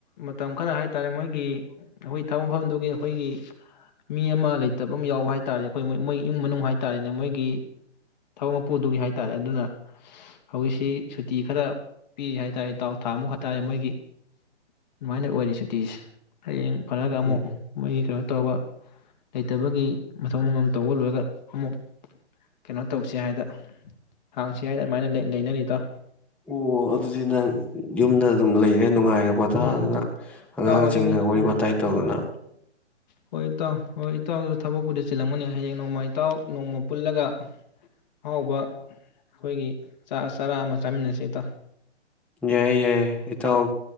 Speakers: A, on the left; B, in the centre.
A: ꯃꯇꯝ ꯈꯔ ꯍꯥꯏꯇꯥꯔꯦ ꯃꯣꯏꯒꯤ ꯑꯩꯈꯣꯏꯒꯤ ꯊꯕꯛ ꯃꯐꯝꯗꯨꯒꯤ ꯑꯩꯈꯣꯏꯒꯤ ꯃꯤ ꯑꯃ ꯂꯩꯇꯕ ꯑꯃ ꯌꯥꯎꯕ ꯍꯥꯏꯇꯥꯥꯔꯦ ꯑꯈꯣꯏ ꯃꯣꯏ ꯏꯃꯨꯡ ꯃꯅꯨꯡ ꯍꯥꯏꯇꯥꯥꯔꯦ ꯃꯣꯏꯒꯤ ꯊꯕꯛ ꯃꯄꯨꯗꯨꯒꯤ ꯍꯥꯏꯇꯥꯔꯦ ꯑꯗꯨꯅ ꯍꯧꯖꯤꯛꯁꯤ ꯁꯨꯇꯤ ꯈꯔ ꯄꯤꯔꯤ ꯍꯥꯏꯇꯥꯔꯦ ꯏꯇꯥꯎ ꯊꯥꯃꯨꯛ ꯍꯥꯏꯇꯥꯥꯔꯦ ꯃꯣꯏꯒꯤ ꯑꯗꯨꯃꯥꯏꯅ ꯑꯣꯏꯔꯦ ꯁꯨꯇꯤꯁꯦ ꯍꯌꯦꯡ ꯐꯔꯒ ꯑꯃꯨꯛ
B: ꯎꯝ
A: ꯃꯣꯏꯒꯤ ꯀꯩꯅꯣ ꯇꯧꯔꯒ ꯂꯩꯇꯕꯒꯤ ꯃꯊꯧ ꯃꯉꯝ ꯇꯧꯕ ꯂꯣꯏꯔꯒ ꯑꯃꯨꯛ ꯀꯩꯅꯣ ꯇꯧꯁꯦ ꯍꯥꯏꯗ <unintelligible> ꯂꯩ- ꯂꯩꯅꯔꯤ ꯏꯇꯥꯎ
B: ꯑꯣ ꯑꯗꯨꯗꯤ ꯅꯪ ꯌꯨꯝꯗ ꯑꯗꯨꯝ ꯂꯩꯔꯦ ꯅꯨꯡꯉꯥꯏꯔ ꯄꯣꯊꯥꯗꯅ
A: ꯎꯝ
B: ꯑꯉꯥꯡꯁꯤꯡꯒ
A: ꯏꯇꯥꯎ ꯑꯗꯨꯅꯤ
B: ꯋꯥꯔꯤ
A: ꯎꯝ
B: ꯋꯥꯇꯥꯏ ꯇꯧꯗꯅ
A: ꯍꯣꯏ ꯍꯣꯏ ꯍꯣꯏ ꯏꯇꯥꯎ ꯍꯣꯏ ꯏꯇꯥꯎꯁꯨ ꯊꯕꯛꯄꯨꯗꯤ ꯆꯤꯜꯂꯝꯒꯅꯤ ꯍꯌꯦꯡ ꯅꯣꯡꯃ ꯏꯇꯥꯎ ꯅꯣꯡꯃ ꯄꯨꯜꯂꯒ ꯑꯍꯥꯎꯕ ꯑꯈꯣꯏꯒꯤ ꯆꯔꯥ ꯑꯃ ꯆꯥꯃꯤꯟꯅꯁꯦ ꯏꯇꯥꯎ꯫
B: ꯌꯥꯏ - ꯌꯥꯏ ꯏꯇꯥꯎ